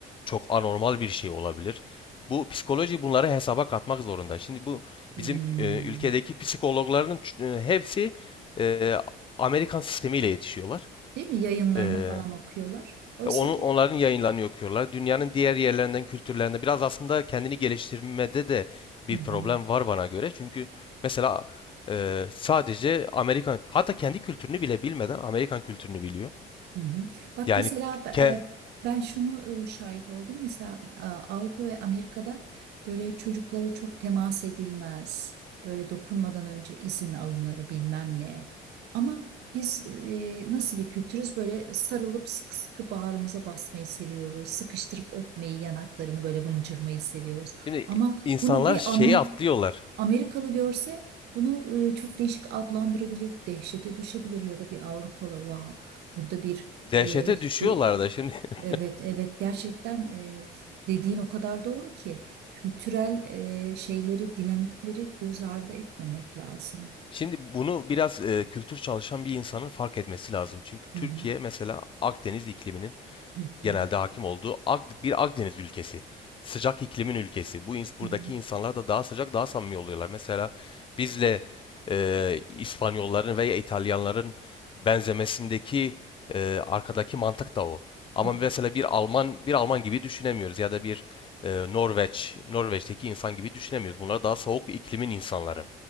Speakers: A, on the left (about 30°); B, on the right (about 75°).
A: çok anormal bir şey olabilir. Bu psikoloji bunları hesaba katmak zorunda. Şimdi bu
B: Hmm.
A: bizim e, ülkedeki psikologların ç- e, hepsi e, Amerikan sistemiyle yetişiyorlar.
B: Değil mi yayınlarını
A: E,
B: falan okuyorlar. Oysa
A: E, Onun,
B: ki
A: onların yayınlarını okuyorlar. Dünyanın diğer yerlerinden, kültürlerinde biraz aslında kendini geliştirmede de bir
B: Hı hı.
A: problem var bana göre. Çünkü mesela e, sadece Amerikan, hatta kendi kültürünü bile bilmeden Amerikan kültürünü biliyor.
B: Hı hı. Bak
A: Yani
B: mesela
A: ke,
B: e, ben şunu e, şahit oldum. Mesela e, Avrupa ve Amerika'da böyle çocuklara çok temas edilmez. Böyle dokunmadan önce izin alınır bilmem ne. Ama biz e, nasıl bir kültürüz? Böyle sarılıp sıkı sıkı bağrımıza basmayı seviyoruz. Sıkıştırıp öpmeyi, yanaklarını böyle mıncırmayı seviyoruz.
A: şimdi
B: Ama
A: insanlar
B: bunu bir
A: şeyi
B: Amer
A: atlıyorlar.
B: Amerikalı görse bunu e, çok değişik adlandırabilir, dehşete düşebilir ya da bir Avrupalı, vah burada bir
A: Dehşete
B: e, işte
A: düşüyorlar da şimdi. <laughs>
B: evet evet gerçekten e, dediğin o kadar doğru ki kültürel e, şeyleri, dinamikleri göz ardı etmemek lazım.
A: Şimdi bunu biraz e, kültür çalışan bir insanın fark etmesi lazım. Çünkü Türkiye
B: Hı hı,
A: mesela Akdeniz ikliminin
B: hı
A: genelde
B: hı,
A: hakim olduğu bir Akdeniz ülkesi. Sıcak iklimin ülkesi. Bu ins- buradaki
B: hı hı.
A: insanlar da daha sıcak, daha samimi oluyorlar. Mesela bizle e, İspanyolların veya İtalyanların benzemesindeki e, arkadaki mantık da o. Ama
B: Evet,
A: mesela bir Alman bir Alman gibi düşünemiyoruz ya da bir e, Norveç Norveç'teki insan gibi düşünemiyoruz. Bunlar daha soğuk iklimin insanları.